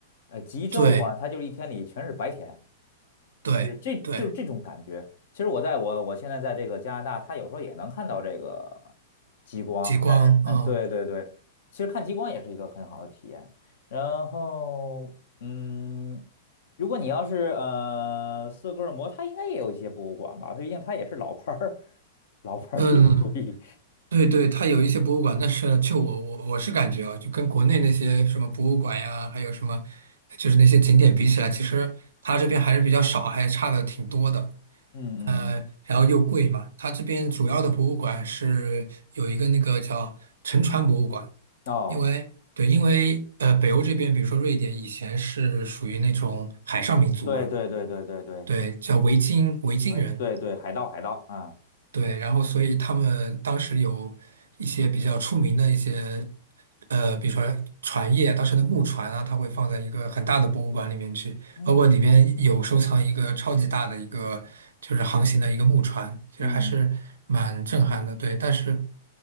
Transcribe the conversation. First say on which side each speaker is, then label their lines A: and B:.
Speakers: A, on the left; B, on the right.
A: 呃，极昼嘛，
B: 对，
A: 它就是一天里全是白天。
B: 对，
A: 就是这就是这种感觉。
B: 对，
A: 其实我在我我现在在这个加拿大，它有时候也能看到这个极光，
B: 极光啊，
A: 但是嗯，对对对，其实看极光也是一个很好的体验。然后嗯，如果你要是呃斯德哥尔摩，它应该也有一些博物馆吧，毕竟它也是老牌儿老牌儿帝国主义。
B: 嗯，对对，它有一些博物馆，但是就我我我是感觉啊，就跟国内那些什么博物馆呀，还有什么就是那些景点比起来，其实它这边还是比较少，还差的挺多的。
A: 嗯嗯嗯，
B: 呃，然后又贵嘛。它这边主要的博物馆是有一个那个叫沉船博物馆，
A: 哦，
B: 因为对，因为呃，北欧这边，比如说瑞典以前是属于那种海上民族嘛，
A: 对对对对对对，
B: 对，叫维京维京人，
A: 因为对对海盗海盗啊，
B: 对，然后所以他们当时有一些比较出名的一些，呃，比如说船业，当时的木船啊，它会放在一个很大的博物馆里面去，
A: 嗯
B: 包括里边有收藏一个超级大的一个就是航行的一个木船，其实还是蛮震撼的。
A: 嗯
B: 对，但是